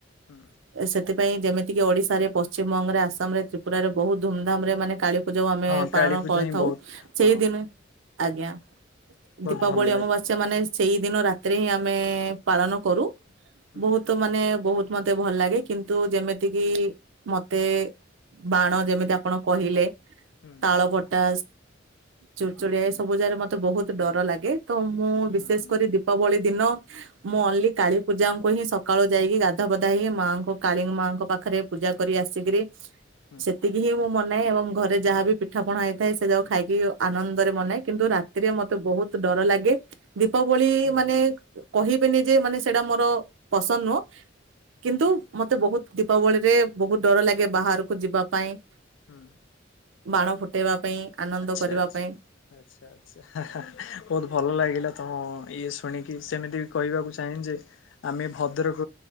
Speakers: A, on the left; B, on the right.
A: ହୁଁ
B: ସେଥିପାଇଁ ଯେମିତିକି ଓଡିଶାରେ ପଶ୍ଚିମବଙ୍ଗରେ ଆସାମରେ ପୁରାରେ ବହୁତ ଧୁମଧାମ ରେ ମାନେ କାଳୀ ପୂଜା ଆମେ
A: ହଁ
B: ପାଳନ
A: କାଳୀ ପୂଜା
B: କରିଥାଉ
A: ହିଁ ବହୁତ
B: ସେଇ
A: ହଁ
B: ଦିନେ ଆଜ୍ଞା
A: ବହୁତ
B: ଦୀପାବଳି
A: ଭଲ ଲାଗେ।
B: ଅମବାସ୍ୟା ମାନେ ସେଇ ଦିନ ରାତିରେ ହିଁ ଆମେ ପାଳନ କରୁ
A: ହୁଁ
B: ବହୁତ ମାନେ ବହୁତ ମତେ ଭଲ ଲାଗେ କିନ୍ତୁ ଯେମିତି କିି ମତେ ବାଣ ଯେମିତି ଆପଣ କହିଲେ
A: ହୁଁ
B: ତାଳ ପଟା ଚୁଚୁଳିଆ
A: ହୁଁ
B: ଏ ସବୁ ଯାଗାରେ ମତେ ବହୁତ
A: ହୁଁ
B: ଡର ଲାଗେ ତ ମୁଁ
A: ହୁଁ
B: ବିଶେଷ
A: ହୁଁ
B: କରି ଦୀପାବଳି ଦିନ ମୁଁ ଅନଲି କାଳୀ ପୂଜାଙ୍କୁ ହିଁ ସକାଳୁ ଯାଇକି ଗାଧୁଆ ପାଧୁଆ ହେଇକି ମାଙ୍କ କାଳି ମାଆଙ୍କ ପାଖରେ ପୂଜା ପୂଜା କରି ଆସିକିରି
A: ହୁଁ
B: ସେତିକି ହିଁ ମୁଁ ମନାଏ ଏବଂ ଘରେ ରେ ଯାହାବି ପିଠା ପଣା ହେଇଥାଏ ସେ ଯାଉ ଖାଇକି ଆନନ୍ଦରେ ମନାଏ କିନ୍ତୁ ରାତିରେ ମତେ ବହୁତ ଡର ଲାଗେ। ଦୀପାବଳି
A: ହୁଁ
B: ମାନେ
A: ହୁଁ
B: କହିବେନି ଯେ ମାନେ ସେଇଟା ମୋର ପସନ୍ଦ ନୁହଁ କିନ୍ତୁ ମତେ ବହୁତ ଦୀପାବଳି ରେ ବହୁତ ଡର ଲାଗେ ବାହାରକୁ ଯିବା ପାଇଁ।
A: ହୁଁ।
B: ବାଣ ଫୁଟେଇବା ପାଇଁ ଆନନ୍ଦ
A: ଆଛା
B: କରିବା
A: ଆଛା
B: ପାଇଁ
A: ଆଛା ଆଛା ବହୁତ ଭଲ ଲାଗିଲା ତମ ଇଏ ଶୁଣିକି ସେମିତି ବି କହିବାକୁ ଚାହେଁ ଯେ ଆମେ ଭଦ୍ରକ